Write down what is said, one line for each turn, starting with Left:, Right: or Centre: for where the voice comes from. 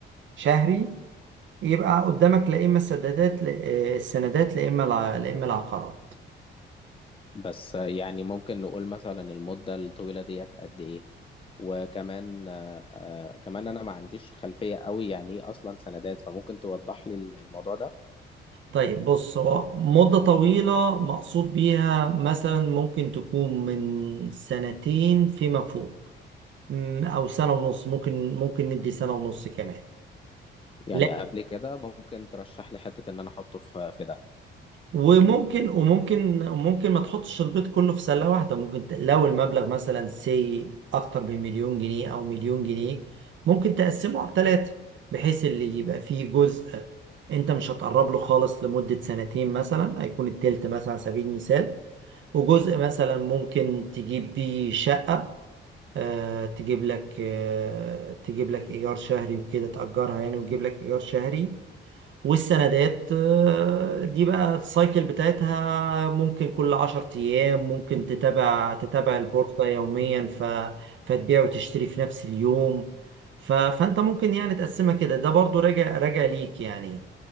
Right: شهري يبقى قدامك لا اما السدادات لا- آه، السندات لا اما الع- لا اما العقارات
Left: بس يعني ممكن نقول مثلا المدة الطويلة ديت قد ايه وكمان آه، آه، كمان انا ما عنديش خلفية قوي يعني ايه اصلا سندات فممكن توضح لي الموضوع ده
Right: طيب بص هو مدة طويلة مقصود بيها مثلا ممكن تكون من سنتين فيما فوق مم، او سنه ونص ممكن ممكن ندي سنه ونص كمان
Left: يعني
Right: لا
Left: قبل كده ممكن ترشح لي حتة ان انا احطه في في ده
Right: وممكن وممكن وممكن ما تحطش البيض كله في سله واحده ممكن ت- لو المبلغ مثلا سي اكتر من مليون جنيه او مليون جنيه ممكن تقسمه على ثلاثه بحيث اللي يبقى فيه جزء انت مش هتقرب له خالص لمده سنتين مثلا هيكون التلت مثلا على سبيل المثال وجزء مثلا ممكن تجيب بيه شقه آه، تجيب لك آه، تجيب لك ايجار شهري وكده تأجرها يعني وتجيب لك ايجار شهري والسندات آه، دي بقى السايكل بتاعتها ممكن كل عشر أيام ممكن تتابع تتابع البورصة يوميا ف... فتبيع وتشتري في نفس اليوم ف... فأنت ممكن يعني تقسمها كده ده برضو راجع راجع ليك يعني